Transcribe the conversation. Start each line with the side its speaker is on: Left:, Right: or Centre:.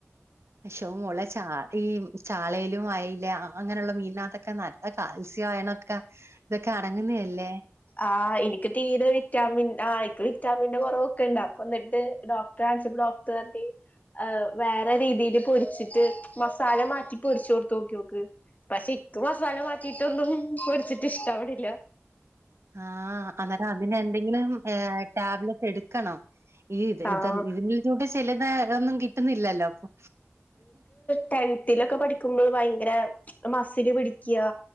Right: പക്ഷേ മോളെ ചാളിം ചാളയിലും അയ്ല അങ്ങനെള്ള മീന്നകത്തൊക്കെ ന ല്ല കാൽസ്യം അയണൊക്കെ ഇതൊക്കെ അടങ്ങ്ന്നേ അല്ലേ
Left: ആഹ് എനിക്ക് തീരെവി റ്റാമിൻ ആ ഇക്ക് വിറ്റാമിന്റെ കൊറവൊക്കെണ്ട് അപ്പന്നിട്ട് ഡോക്ടറെ കാണിച്ചപ്പോ ഡോക്ടർ പർഞ്ഞ് അഹ് വേറെ രീതിയില് പൊരിച്ചിട്ട് മസാല മാറ്റി പൊര്ച്ചോട്ത്തോക്ക്യോക്ക് പക്ഷെ ഇക്ക് മസാല മാറ്റിയിട്ടൊന്നും പൊരിച്ചിട്ട് ഇഷ്ടാവിണില്ല
Right: ആഹ് അന്നേരം അതിനെന്തെങ്കിലും ടാബ്ലറ്റ് എടുക്കണം ഇ ഇത്
Left: ആഹ്
Right: ഇത ഇതിൽ കൂടെ ചെല്ലുന്ന ഒന്നും കിട്ടുന്നില്ലല്ലോപ്പൊ
Left: ട്ടെൻത്തിലൊക്കെ പഠിക്കുമ്പോൾ ഭയങ്കര മസില് പിടിക്ക്യാ